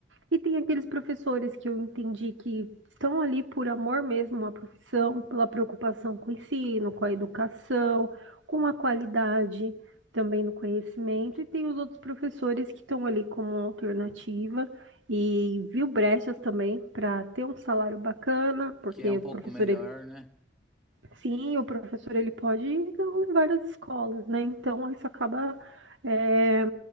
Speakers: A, on the right; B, in the centre.
A: E tem aqueles professores que eu entendi que estão ali por amor mesmo à profissão, pela preocupação com o ensino, com a educação, com a qualidade também no conhecimento,
B: de-
A: e tem os outros professores que estão ali como alternativa e viu brechas também para ter um salário bacana, porque
B: que é um
A: o
B: pouco
A: professor
B: melhor,
A: ele
B: né?
A: sim, o professor ele pode dar em várias escolas, né? Então isso acaba é,